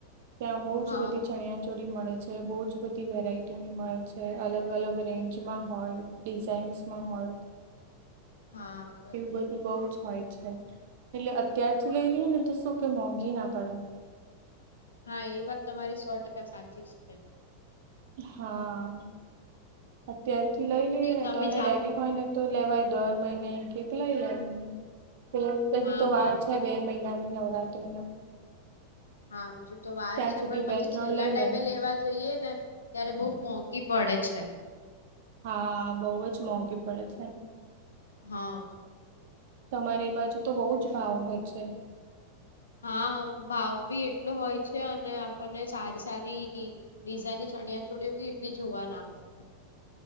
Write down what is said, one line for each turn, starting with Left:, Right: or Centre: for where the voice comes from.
Right: ત્યાં બહુ
Left: હા
Right: જ બધી ચણ્યા ચોરી મળે છે બહુ જ બધી વેરાયટીની મળે છે અલગ અલગ રેન્જમાં હોય. ડિઝાઇન્સમાં હોય
Left: હા બરોબર.
Right: એવું બધું બઉ જ હોય છે. એટલે અત્યારથી લઈ લઈએ ને તો શું કે મોંઘી ના પડે.
Left: હા એ વાત તમારી સો ટકા સાચી જ છે.
Right: હા, અત્યારથી લઈ લઈએ
Left: નહી
Right: ને
Left: તમે
Right: તોને
Left: જા
Right: લેવી હોય ને તો લેવાય દર મહિને કેટલાય લેવાના પેલા પજી
Left: હા
Right: તો વાર
Left: હા.
Right: હે બે મહિનાની નવરાત્રી નો.
Left: હા હજુ તો વાર
Right: ત્યાં
Left: છે
Right: સુધી
Left: પણ પછી
Right: બે ત્રણ
Left: છેલ્લા
Right: લઈ
Left: ટાઈમે
Right: લેવાય
Left: લેવા જઈએ ને ત્યારે બહુ મોંઘી પડે છે.
Right: હા, બહુ જ મોંઘી પડે છે.
Left: હા.
Right: તમારી બાજુ તો બહુ જ ભાવ હોય છે.
Left: હા, ભાવ બી એટલો હોય છે અને આપણને સારી સારી ડીઝાઈનની ચણિયા ચોળઓ બી એટલી જોવા ના મળ